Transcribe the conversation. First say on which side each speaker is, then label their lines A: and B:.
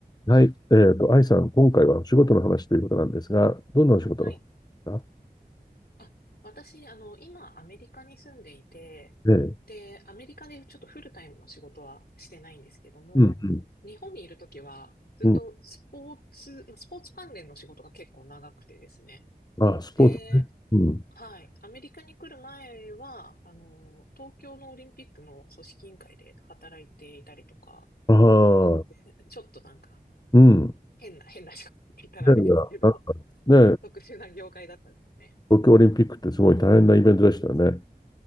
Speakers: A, on the left (about 25°); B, on the left (about 75°).
A: はい。えっと、愛さん、今回はお仕事の話ということなんですが、どんなお仕事の話ですか
B: はい。あ、私、あの、今、アメリカに住んでいて、
A: ええ。
B: で、アメリカでちょっとフルタイムの仕事はしてないんですけども、
A: うん、
B: 日本にいるときは、ずっとスポーツ、
A: うん、うん。
B: スポーツ関連の仕事が結構長くてですね。
A: あ、スポーツね。
B: で、
A: うん。
B: はい。アメリカに来る前は、あの、東京のオリンピックの組織委員会で働いていたりとか、
A: ああ、
B: なので、ちょっとなんか、
A: うん。
B: 変な、変な仕事って言ったらあれですけど、
A: いやいや、なんか
B: うん、
A: ね、
B: 特殊な業界だったんですね。
A: 東京オリンピックってすごい大変なイベントでしたよね。